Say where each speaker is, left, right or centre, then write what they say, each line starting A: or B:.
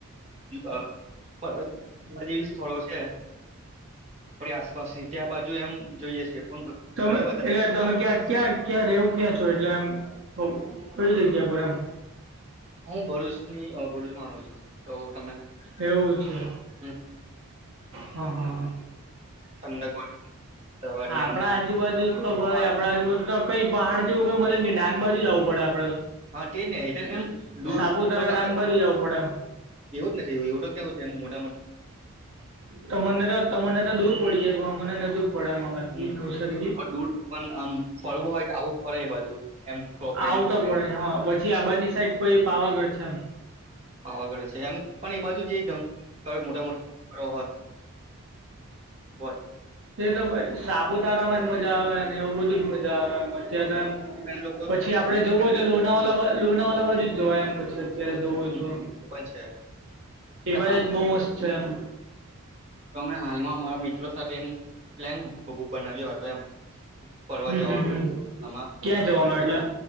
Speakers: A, on the right (about 30°); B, on the right (about 55°).
A: આ પર્વતમાં જેવી સ્થળો છે. આપડી આસપાસની ત્યાં બાજુ એમ જોઈએ છે પણ ઘ
B: તમે
A: ઘણી વધારે
B: એટલે તમે
A: તો
B: ક્યાં ક્યાં ક્યાં રવું ક્યાં છો એટલે આમ કઈ જગ્યા પર એમ.
A: હું ભરૂચની ભરૂચમાં રહું છું તો તમે હામ.
B: એવું છે હા હા.
A: ઠંડક વાળી સવારી
B: આપડા
A: એમ
B: આજુબાજુ તો ભાઈ
A: પહાડ
B: આપડા આજુબાજુ તો કઈ પહાડ જેવું કઈ મળે નહીં ડાંગ બાજુ જ આવું પડે અપ
A: હા તેજને એટલે એમ દૂર
B: સાપુતારા
A: થોડક
B: ડાંગ
A: આપડે
B: બાજુ જવું પડે
A: હા
B: એમ
A: એવું જ નથી એવું તો કેવું છે આમ મોટ
B: તમને તો તમને તો દૂર
A: છે
B: પડી જાય પણ અમને નજીક પડે એમાં બાકી
A: હમ
B: નવસારી
A: દૂર પણ આમ ફરવું હોય તો આવું જ ફે એ બાજુ એમ થોડો પ્લેન
B: આવતા
A: ગોઠવીને
B: પડે છે હા પછી આબાદની સાઈડ પ પાવાગઢ છે એમ
A: આવાગળે છે એમ પણ એ બાજુ જે ત મોટામટી હો
B: તે તો સાપુતારામાં જ મજા આવે ને એવું બધું
A: હમ
B: જ મજા આવે એમ મ તો એમ
A: ફ્રેન્ડ લોકો
B: પછી આપડે
A: અમારા
B: જવું હોય તો લોનાવા
A: છે.
B: લોનાવાલા બાજુ જોવાય એમ પછી અત્યારે જોવું હોય
A: હમ
B: તો
A: એ પણ છે
B: એવા
A: તો હા
B: જ બી મસ્ત છે આમ.
A: તો મે હાલમાં અમારા મિત્રો સાથે એમ પ્લાન બનાવ્યો હતો એમ. ફરવા
B: હમ
A: જવા
B: હમ હમ
A: આમાં
B: ક્યાં જવાનું એટલે
A: જે